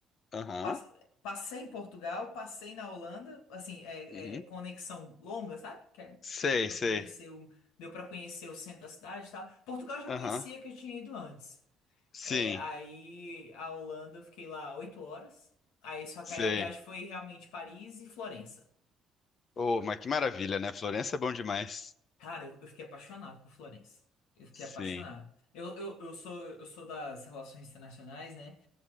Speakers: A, on the left; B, on the left.
A: aham.
B: Pass- Passei em Portugal, passei na Holanda, assim, é,
A: uhum.
B: é, conexão longa, sabe? Que, é-
A: Sei,
B: que deu para
A: sei.
B: conhecer o, deu para conhecer o centro da cidade e tal. Portugal eu já
A: Aham.
B: conhecia que eu tinha ido antes.
A: Sim,
B: É, aí a Holanda eu fiquei lá oito horas. Aí só
A: sei.
B: que aí a viagem foi realmente Paris e Florença.
A: Oh, mas que maravilha, né? Florença é bom demais.
B: Cara, eu, eu fiquei apaixonado por Florença. Eu fiquei
A: Sim.
B: apaixonado. Eu, eu, eu sou eu sou das relações internacionais, né?